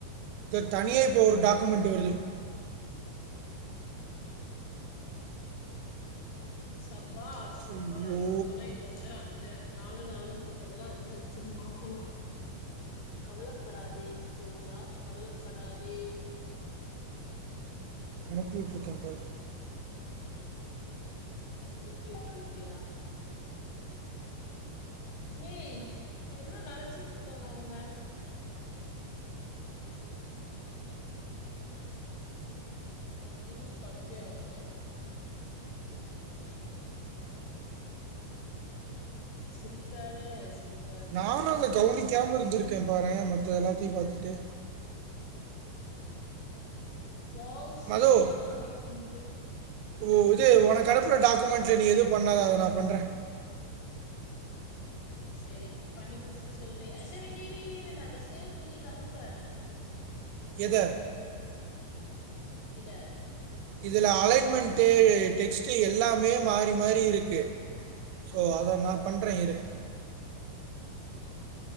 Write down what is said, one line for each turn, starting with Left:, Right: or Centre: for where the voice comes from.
Right: ப்ப தனியா இப்போ ஒரு டாக்குமெண்ட்டு வருது
Left: சப்பாஷ் சப்பாஷ்
Right: ஐயோ
Left: சப்பனா இவ்ள நேரோ அஞ்சு நாலு நாலுன் போட்டதெல்லா அஞ்சு அஞ்சுன் மாத்தலா கவலப்படாதே தோழா கவலப்படாதே
Right: அனுப்பிவிட்ருக்கே பாரு
Left: அனுப்பி விட்ருக்கியா ஏய் என்ன நெனச்சிட்ருக்காங்க அவுங்க சத்தியமா கடுப்பே ஆகல சிரிக்காத சிரிக்
Right: நானு அத கவனிக்காம இருந்திருக்கே பாரே மத்ததெல்லாத்தையு பாத்துட்டு
Left: வாவ் செரியான
Right: மது
Left: அலைன்மெண்ட்டு
Right: ஓ இது உனக்கு அனுப்புன டாக்குமெண்ட்ல நீ எது பண்ணாத அத நா பண்ற
Left: செரி பண்ணி முடிச்சுட்டு சொல்றிய செரி இரு இரு இரு இரு நா அத சேவ் பண்ணி இத அனுப்புற
Right: எத
Left: இத
Right: இதுல அலைன்மெண்ட்டு டெக்ஸ்ட்டு எல்லாமே மாரி மாரி இருக்கு சோ அத நா பண்ற இரு